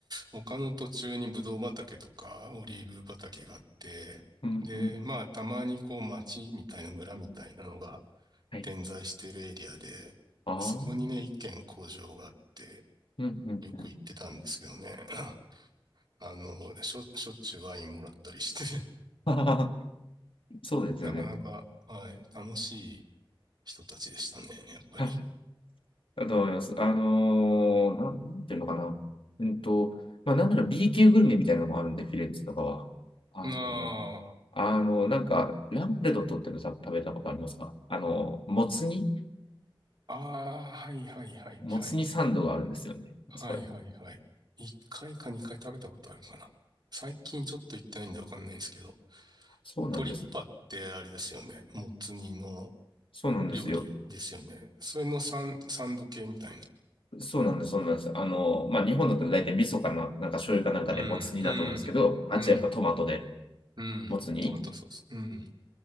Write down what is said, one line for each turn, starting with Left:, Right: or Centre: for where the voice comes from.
Right: 丘の途中にブドウ畑とかオリーブ畑があって、
Left: うん、
Right: で、
Left: うん。
Right: まあたまにこう町みたいな村みたいなのが
Left: はい。
Right: 点在してるエリアで、
Left: ああ、
Right: そこにね、一軒工場があって、
Left: うん、うん、
Right: よく行ってたんですけどね。
Left: うん。
Right: <laughs> あの、しょ、しょっちゅうワインもらったりして
Left: あー <laughs> そうですよね。
Right: なかなか、はい、楽しい人たちでしたね、やっぱり。
Left: <laughs> だと思います。あのー、なん、なんていうのかな。うんと、まあ、なんなら B 級グルメみたいなのもあるんで、フィレンツェとかは。あの、
Right: な
Left: あの、なんか、ランプレドットってのさ食べたことありますかあの、もつ煮
Right: あ、ああ、はいはいはいはい。
Left: もつ煮サンドがあるんですよね。
Right: はいはいはい。
Left: あそこら辺。
Right: 一回か二回食べたことあるかな。最近ちょっと行ってないんでわかんないんですけど、
Left: そうなんですね。
Right: トリッパってあれですよね。もつ煮の
Left: そうなんですよ。
Right: 料理ですよね。それのサン、サンド系みたいな。
Left: そうなんです、そうなんです。あの、まあ、日本だったら大体味噌かな、なんか醤油かなんかでもつ煮だと思うんですけど、
Right: うん、うん、
Left: あっちはやっぱトマトで
Right: うん、うん。
Left: もつ煮。
Right: トマトソース。うん、